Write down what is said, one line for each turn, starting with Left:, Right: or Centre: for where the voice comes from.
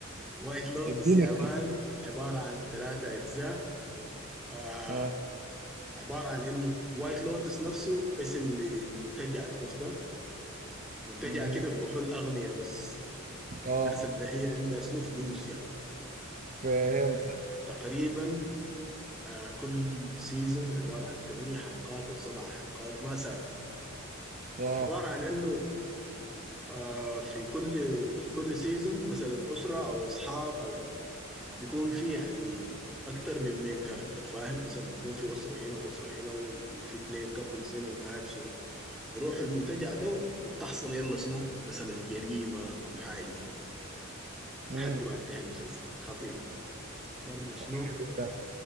Centre: وايت لوتس
Right: اديني
Centre: يا
Right: كده
Centre: مان عبارة عن ثلاثة أجزاء آه
Right: اه
Centre: عبارة عن إنه وايت لوتس نفسه اسم لمنتجع عرفته منتجع
Right: امم
Centre: كده بروحه الأغنياء بس
Right: اه
Centre: الناس اللي هي عندها شنو فلوس يعني
Right: فهمتك
Centre: وتقريبا آه كل سيزون عبارة عن ثمانية حلقات أو سبع حلقات ما ثابتة
Right: اه
Centre: عبارة عن إنه آه في كل في كل سيزون مثلا أسرة أو أصحاب أو بيكون في يعني أكتر من مين كاركتر فاهم مثلا بتكون في أسرة هنا وأسرة هنا وفي اتنين كابلز هنا وما عارف شنو بيروحوا المنتجع ده وبتحصل يلا شنو مثلا جريمة أو حاجة زي دي لحد
Right: امم
Centre: ما ينتهي المسلسل خطير برضه شنو
Right: طب حلو ده